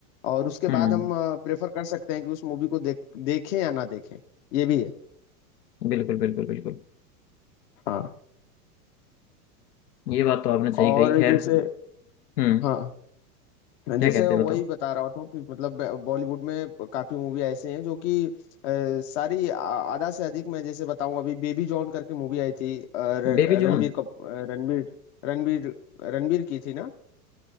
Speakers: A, on the left; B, on the left.
A: और उसके
B: हम्म
A: बाद हम प्रेफर कर सकते हैं कि उस मूवी को देख देखें या ना देखें ये भी है
B: बिल्कुल बिल्कुल बिल्कुल
A: हाँ
B: ये बात तो आपने सही
A: और
B: कही खैर
A: जैसे
B: हम्म
A: हाँ
B: क्या
A: जैसे
B: कहते
A: वही
B: हैं बताओ
A: बता रहा था कि मतलब बॉलीवुड में काफी मूवी ऐसे हैं जो कि अ, सारी आ- आधा से अधिक मैं जैसे बताऊं अभी बेबी जॉन करके मूवी आई थी अ, र-
B: Baby John
A: रणबीर कप अ, रणबीर रणबीर रणबीर की थी ना